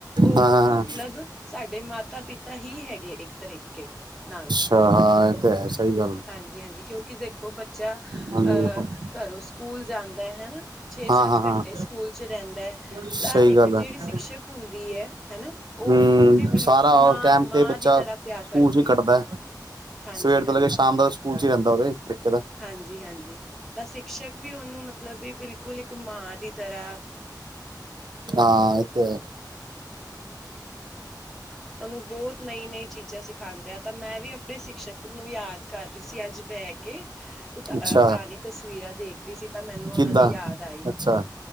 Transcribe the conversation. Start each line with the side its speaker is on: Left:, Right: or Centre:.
Centre: ਉਹ
Right: ਹਾਂ ਹਾਂ,
Centre: ਮਤਲਬ ਸਾਡੇ ਮਾਤਾ ਪਿਤਾ ਤਾਂ ਹੀ ਹੈਗੇ ਇੱਕ ਤਰੀਕੇ ਨਾਲ।
Right: ਅੱਛਾ ਹਾਂ, ਇਹ ਤਾਂ ਹੈ ਸਹੀ ਗੱਲ।
Centre: ਹਾਂਜੀ ਹਾਂਜੀ, ਕਿਉਂਕਿ ਦੇਖੋ ਬੱਚਾ ਅਹ
Right: ਹਾਂਜੀ
Centre: ਘਰੋਂ ਸਕੂਲ ਜਾਂਦਾ ਹੈ ਹਨਾ। ਛੇ
Right: ਹਾਂ
Centre: ਸੱਤ
Right: ਹਾਂ ਹਾਂ
Centre: ਘੰਟੇ ਸਕੂਲ ਚ ਰਹਿੰਦਾ
Right: ਸਹੀ
Centre: ਤਾਂ ਇੱਕ
Right: ਗੱਲ
Centre: ਜਿਹੜੀ
Right: ਹੈ
Centre: ਸ਼ਿਕਸ਼ਕ ਹੁੰਦੀ ਐ ਹਨਾ। ਉਹ
Right: ਹਮ
Centre: ਉਹਨੂੰ ਆਪਣੀ ਬਿਲਕੁਲ
Right: ਸਾਰਾ
Centre: ਮਾਂ
Right: ਟਾਈਮ
Centre: ਮਾਂ
Right: ਤੇ ਬੱਚਾ
Centre: ਦੀ ਤਰ੍ਹਾਂ ਪਿਆਰ
Right: ਸਕੂਲ
Centre: ਕਰਦੀ
Right: ਚ ਹੀ ਕੱਟਦਾ
Centre: ਐ।
Right: ਹੈ।
Centre: ਹਾਂਜੀ
Right: ਸਵੇਰ ਤੋਂ
Centre: ਹਾਂਜੀ,
Right: ਲਗੇ ਸ਼ਾਮ ਦਾ ਸਕੂਲ ਚ ਹੀ ਰਹਿੰਦਾ ਉਹਦੇ ਤਰੀਕੇ ਦਾ
Centre: ਹਾਂਜੀ ਹਾਂਜੀ, ਤਾਂ ਸਿਕਸ਼ਕ ਵੀ ਉਹਨੂੰ ਮਤਲਬ ਵੀ ਬਿਲਕੁਲ ਇੱਕ ਮਾਂ ਦੀ ਤਰ੍ਹਾਂ
Right: ਹਾਂ, ਏ ਤੇ ਹੈ।
Centre: ਤੁਹਾਨੂੰ ਬਹੁਤ ਨਈ ਨਈ ਚੀਜ਼ਾਂ ਸਿਖਾਦੇ ਆਂ ਤਾਂ ਮੈਂ ਵੀ ਆਪਣੇ ਸ਼ਿਕਸ਼ਕ ਨੂੰ ਯਾਦ ਕਰ ਰਹੀ ਸੀ ਅੱਜ ਬਹਿ ਕੇ। ਕੇ ਪੁਤਾ
Right: ਅੱਛਾ
Centre: ਪੁਰਾਣੀ ਤਸਵੀਰਾਂ ਦੇਖ ਰਹੀ ਸੀ ਤਾਂ ਮੈਨੂੰ ਉਹਨਾ
Right: ਕਿੱਦਾਂ
Centre: ਦੀ ਯਾਦ ਆਈ।
Right: ਅੱਛਾ